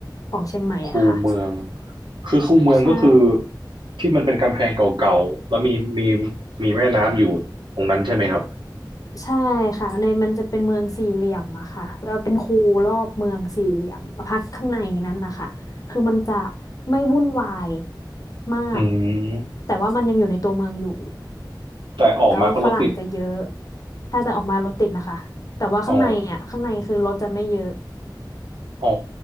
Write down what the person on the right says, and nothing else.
คูเมืองคือคูเมืองก็คือ
ที่มันเป็นกำแพงเก่าๆแล้วมีมีมีแม่น้ำอยู่ตรงนั้นใช่ไหมครับ
อืม
แต่ออกมาก็รถติด
อ๋ออ๋อ